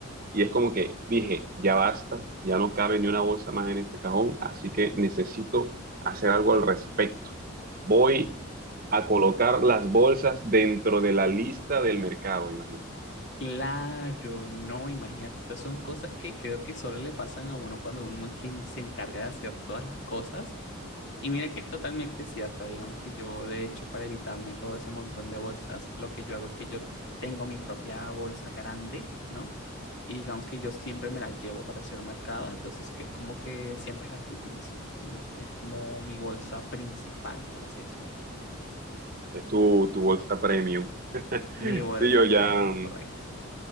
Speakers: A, on the right (about 40°); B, on the left (about 55°).
A: y es como que dije, ya basta, ya no cabe ni una bolsa más en este cajón, así que necesito hacer algo al respecto. Voy a colocar las bolsas dentro de la lista del mercado, imagínate.
B: Claro, no, imagínate, estas son cosas que creo que solo le pasan a uno cuando uno es quien se encarga de hacer todas las cosas. Y mira que es totalmente cierto, digamos que yo de hecho para evitarme todo ese montón de bolsas, lo que yo hago es que yo tengo mi propia bolsa grande, ¿no? Y digamos que yo siempre me la llevo para hacer mercado, entonces que es como que siempre es la que utilizo, ¿no? Es como mi bolsa principal, por así decirlo.
A: Es tu, tu bolsa premium. <laughs>
B: Mi bolsa
A: Sí, yo ya,
B: premium,
A: mm,
B: correcto.